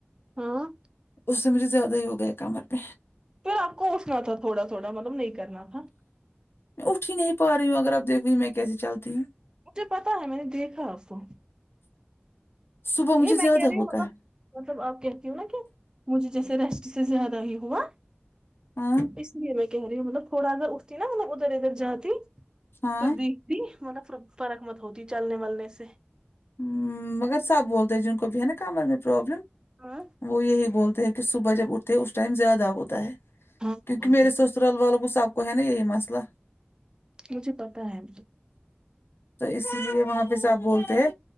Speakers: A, on the right; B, on the left.
A: ہاں
B: اس سے مجھے زیادہ ہی ہوگیا کمر <inaudible>
A: پھر آپ کو اٹھنا تھا تھوڑا تھوڑا مطلب نہیں کرنا تھا
B: میں اٹھ ہی نہیں پا رہی ہوں اگر اب دیکھو میں کیسے چلتی ہوں
A: مجھے پتا ہے میں نے دیکھا آپ کو
B: صبح مجھے
A: یہ میں
B: زیادہ
A: کہہ رہی
B: ہوتا
A: ہوں مطلب
B: ہے
A: مطلب آپ کہتی ہوں نا کہ مجھے جیسے ریسٹ سے زیادہ ہی ہوا
B: ہاں
A: اس لیے میں کہہ رہی ہوں مطلب تھوڑا اگر اٹھتی نا مطلب ادھر ادھر جاتی
B: ہاں
A: پردیکھتی مطلب فرق مت ہوتی چلنے ولنے سے
B: ہ مگر سب بولتے ہیں جن کو بھی ہے نا کمر میں پروابلم
A: ہاں
B: وہ یہی بولتے ہیں کہ صبح جب اٹھتے اس ٹائم زیادہ ہوتا ہے
A: ہاں
B: کیونکہ
A: اور
B: میرے
A: کیا
B: سس سسرال والوں کو سب کو ہے نا یہی مسئلہ
A: مجھے پتا ہےاں
B: تو اس لیے وہاں پہ سب بولتے ہیں